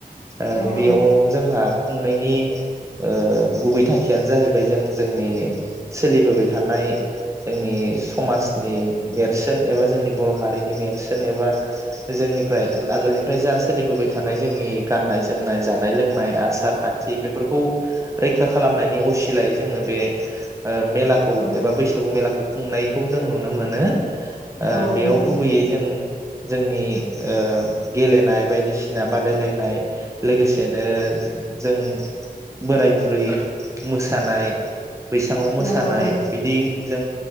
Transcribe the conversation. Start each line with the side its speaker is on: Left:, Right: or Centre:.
Right: ओ
Left: औ
Right: बेयाव
Left: नंगौ।
Right: जोंहा खुंनायनि ओ गुबै थांखियानो जाहैबाय जों जोंनि सोलिबोबाय थानाय जोंनि समाजनि नेरसोन एबा जोंनि बर' हारि नेरसोन एबा जोंनिफ्राय आगोलनिफ्राय जा सोलिबोबाय थानाय जोंनि गाननाय-जोमनाय जानाय लोंनाय आसार खान्थि बेफोरखौ रैखा खालामनायनि असिलायै जोङो बे ओ मेलाखौ
Left: औ
Right: एबा बैसागु मेलाख खुंनायखौ जों नुनो मोनो। ओ
Left: औ नंगौ
Right: बेयाव
Left: नोंथां
Right: गुबैयै जों जोंनि ओ गेलेनाय बायदिसिना बादायलायनाय लोगोसेनो जों बोराय बुरै मोसानाय बैसाङाव मोसानाय
Left: नंगौ नंगौ
Right: बिदि जों